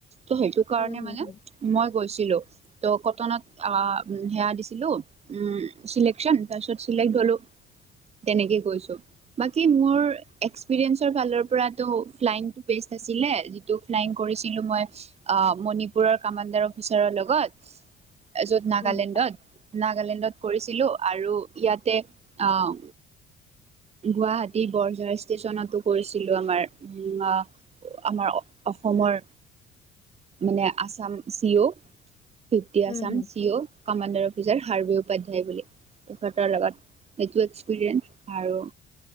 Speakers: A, on the right; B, on the left.
A: ত সেইটো কাৰণে
B: উম
A: মানে
B: হম
A: মই গৈছিলো। ত' কটনত সেয়া দিছিলোঁ চিলেকচন তাৰপিছত চিলেক্ট হ'লোঁ। তেনেকেই কৈছো। বাকী মোৰ এস্কপ্ৰেৰীয়েনচৰ ফালৰ পৰা টো ফালাইং <unintelligible> পৰিছিলো মই মণিপুৰৰ কামাডাৰ অফিচাৰৰ লগত। য'ত নাগালেণ্ডত
B: হম
A: নাগালেণ্ডত কৰিছিলো আৰু ইয়াতে আহ গুৱাহাটী বৰঝাৰ ষ্টেচনতো কৰিছিলো আমাৰ আ আমাৰ অসমৰ মানে আছাম চি অ' ফিফটি
B: উম
A: আছাম
B: উম হম
A: চি অ' কামাণ্ডাৰ অফিচাৰ হাৰে উপাধ্যায় বুলি তেখেতৰ লগত সেইটো এক্সপিৰিয়েঞ্চ আৰু